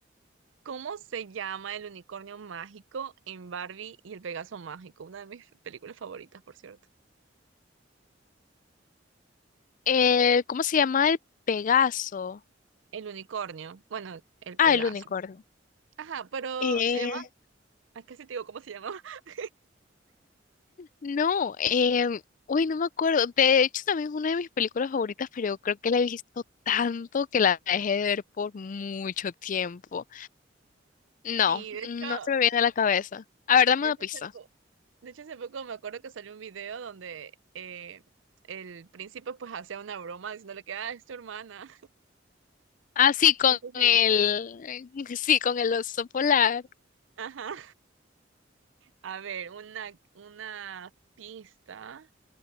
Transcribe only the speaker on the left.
Eh, ¿cómo se llama el Pegaso?
Ah,
el unicornio.
Eh,
No, em, uy, no me acuerdo. De hecho, también es una de mis películas favoritas, pero yo creo que la he visto tanto que la dejé de ver por mucho tiempo. No,
no se me viene a la cabeza. A ver, dame
una
pista.
Ah, sí,
con
el,
<laughs> sí, con el oso polar.